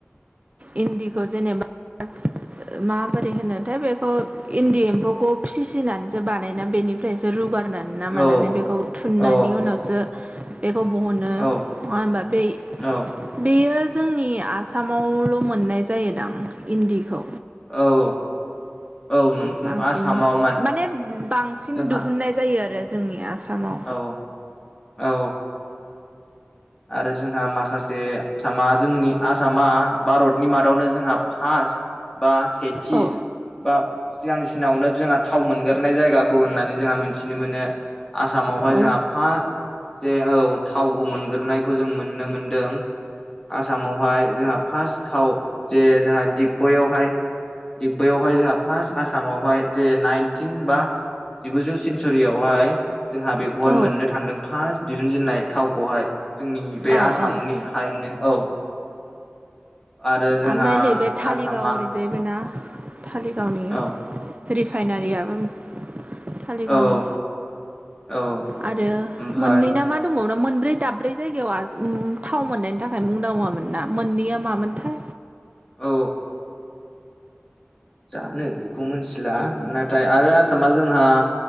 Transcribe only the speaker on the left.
औ
औ
औ
औ
औ औ नंगौ
आसामाव
जोंहा
औ औ आरो जोंहा माखासे आसामा जोंनि आसामा भारतनि मादावनो जोंहा फास बा सेथि
बा सिगांसिनावनो जोंहा थाव मोनग्राय जायगाखौ होननानै जोंहा मिथिनो मोनो। आसामावहाय
जोंहा फासट जे औ थावखौ मोनग्रोनायखौ जों मोननो मोनदों। आसामावहाय जोंहा फार्स्ट थाव जे जोंहा दिग्बयआवहाय दिगबैयावहाय जोंहा फार्स्ट आसामावहाय जे नाइनटिन बा जिगुजौ सेन्सुरियावहाय जोंहा बेखौहाय
मोननो थांदों फार्स्ट दिहुनजेननाय थावखौहाय जोंनि बे
आसामनि
हायावनो औ आरो जोंहा
आसामा
औ
औ औ
ओमफाय
औ जानो बेखौ मिथिला, नाथाय आरो आसामा जोंहा